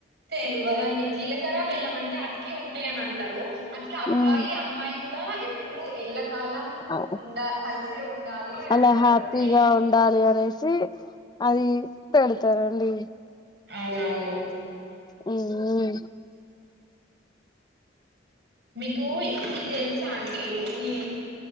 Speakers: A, on the right (about 60°); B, on the left (about 20°).
A: తెల్వదండి జీల కర బెల్లం అంటే అతికి ఉంటాయని అంటారు అట్లా అబ్బాయి
B: ఉమ్
A: అమ్మాయి కూడా ఎప్పుడు ఎళ్లకాలము
B: అ
A: ఉండ కలిసే ఉండాలి అని
B: అలా
A: అంటారు
B: హ్యాపీగా
A: అని తెలుసు
B: ఉండాలి అనేసి అది పెడతారండి
A: అవునవును
B: ఉ ఉ
A: మీకు ఇది తెలుసా అండి ఉ